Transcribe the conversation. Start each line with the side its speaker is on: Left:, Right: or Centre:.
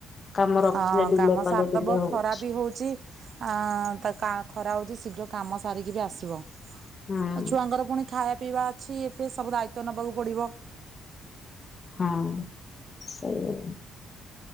Left: କାମ ରଖିଲେ
Right: ହଁ
Left: ଡିଲେ
Right: କାମ ସାରିଦବ
Left: କଲେ ଡିଲେ ହଉଛି
Right: ଖରା ବି ହଉଛି ଆ ତା ଖରା ହଉଛି ଶୀଘ୍ର କାମ ସାରିକି ବି ଆସିବ ଆଉ
Left: ହୁଁ
Right: ଛୁଆଙ୍କର ପୁଣି ଖାଇବା ପିଇବା ଅଛି ଏବେ ସବୁ ଦାୟିତ୍ୱ ନେବାକୁ ପଡିବ
Left: ହଁ ସେଆ